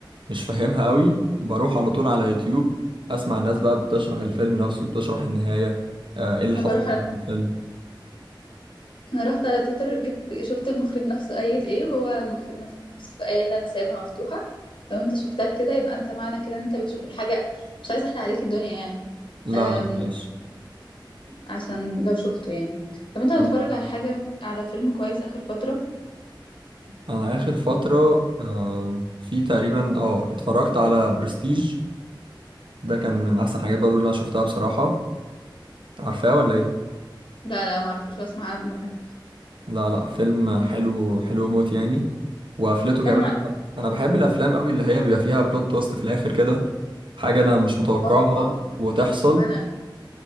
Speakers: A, on the right (about 75°); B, on the left (about 80°).
A: مش فاهمها قوي بروح على طول على يوتيوب اسمع الناس بقى بتشرح الفيلم نفسه بتشرح النهاية آه، ايه اللي
B: انا
A: حصل
B: بروح
A: في الفيلم
B: انا رحت على تويتر جبت شفت المخرج نفسه قايل ايه هو المخرج نفسه قايل انا سايبها مفتوحة لو انت شفتها كده يبقى انت معنى كده ان انت بتشوف الحاجة مش عايزة احرق عليك الدنيا يعني
A: لا
B: أم...
A: لا معلش
B: عشان لو شفته يعني طب انت بتتفرج
A: انا
B: على حاجة على فيلم كويس اخر فترة
A: انا اخر فتره آم، في تقريبا اه اتفرجت على برستيج ده كان من احسن حاجات برضو اللي انا شفتها بصراحه عارفاه ولا ايه
B: لا لا معرفوش واسمع عنه حتى
A: لا لا فيلم حلو حلو موت يعني وقفلته
B: اتكلم
A: كمان
B: عن
A: انا بحب الافلام قوي اللي هي بيبقى فيها بلوت تويست في الاخر كده حاجه انا مش متوقعها
B: إيه؟ اه
A: وتحصل
B: وانا